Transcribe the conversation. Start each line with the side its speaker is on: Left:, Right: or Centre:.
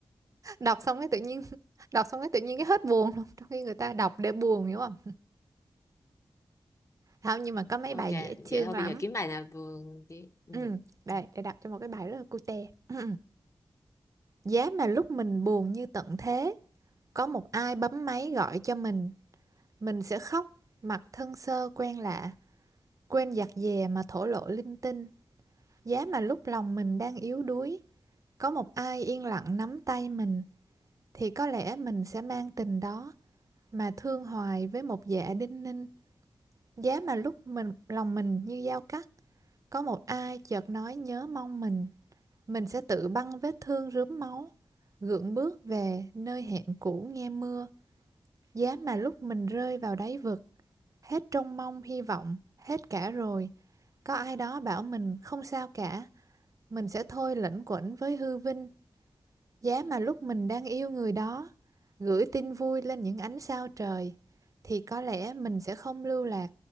Right: đọc xong cái tự nhiên <laughs> đọc xong cái tự nhiên cái hết buồn luôn trong khi người ta đọc để buồn hiểu không không nhưng mà có mấy
Left: ok
Right: bài dễ thương
Left: vậy thôi
Right: lắm
Left: bây giờ kiếm bài nào vừa đi ừ.
Right: ừ đây
Left: ừ.
Right: để đọc cho một cái bài rất là cute ừ. giá mà lúc mình buồn như tận thế có một ai bấm máy gọi cho mình mình sẽ khóc mặt thân sơ quen lạ quên giặt dè mà thổ lộ linh tinh giá mà lúc lòng mình đang yếu đuối có một ai yên lặng nắm tay mình thì có lẽ mình sẽ mang tình đó mà thương hoài với một dạ đinh ninh Giá mà lúc mình lòng mình như dao cắt, có một ai chợt nói nhớ mong mình, mình sẽ tự băng vết thương rướm máu, gượng bước về nơi hẹn cũ nghe mưa. Giá mà lúc mình rơi vào đáy vực, hết trông mong hy vọng, hết cả rồi. Có ai đó bảo mình không sao cả, mình sẽ thôi lẩn quẩn với hư vinh, Giá mà lúc mình đang yêu người đó, gửi tin vui lên những ánh sao trời, thì có lẽ mình sẽ không lưu lạc